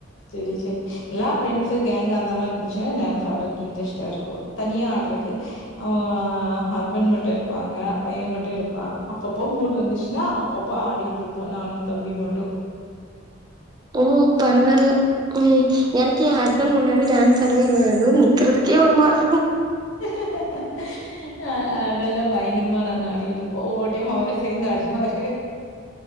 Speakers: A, on the left; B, on the right.
A: சேரி சேரி எல்லா ஃப்ரெண்ட்ஸ் கேங்க் அந்த மாரி இருந்துச்சுன்னா டான்ஸ் ஆடுறக்கு இன்ட்ரெஸ்ட்டா இருக்கோ தனியா ஆடுறக்கு ஆ ஓ ஹஸ்பண்ட் மட்டு இருப்பாங்க பையன் மட்டோ இருப்பா அப்பப்போ மூடு வந்துச்சுன்னா அப்பப்ப ஆடிட்டுருப்போ நானு தம்பியு மட்டோ
B: ஓ பரவாயில்ல ம் எனக்கு ஏ ஹஸ்பன்ட் முன்னாடி டான்ஸ் சாடுகுது வியாது நிக்குறதுக்கே ஒரு மார்
A: <inaudible> அ அதெல்லா பயங்கரமா நாங்க ஆடிட்டுயிருப்போ ஒவ்வொரு டைம் அவரே சேந்து ஆடுவாரு